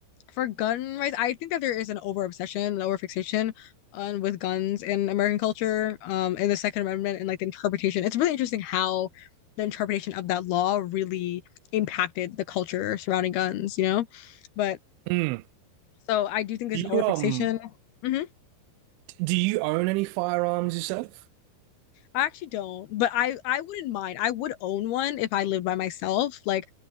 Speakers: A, on the left; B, on the right.
A: for gun rights, I think that there is an over obsession, an over fixation on uh, with guns in American culture, um, in the Second Amendment and like the interpretation. It's really interesting how the interpretation of that law really impacted the culture surrounding guns, you know? But
B: Mm.
A: so I do think there's
B: Do you
A: an overfixation.
B: um
A: hmm
B: do you own any firearms yourself?
A: I actually don't, but I I wouldn't mind. I would own one if I lived by myself. Like,